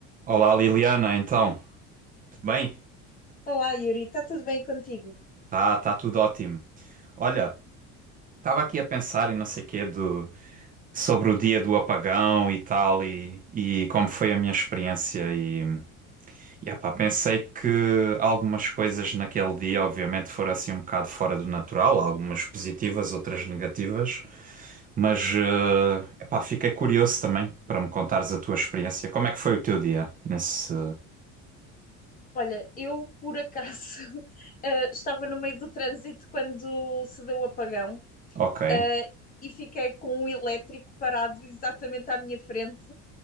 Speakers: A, on the right; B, on the left.
A: Olá Liliana, então, tudo bem?
B: Olá, Yuri, está tudo bem contigo?
A: Tá, tá tudo ótimo. Olha, estava aqui a pensar e não sei quê do, sobre o dia do apagão e tal e, e como foi a minha experiência e, e epá, pensei que algumas coisas naquele dia obviamente foram assim um bocado fora do natural, algumas positivas, outras negativas, mas eh, epá, fiquei curioso também para me contares a tua experiência. Como é que foi o teu dia nesse...
B: Olha, eu por acaso <laughs> eh, estava no meio do trânsito quando se deu o apagão,
A: Ok.
B: eh, e fiquei com um elétrico parado exatamente à minha frente.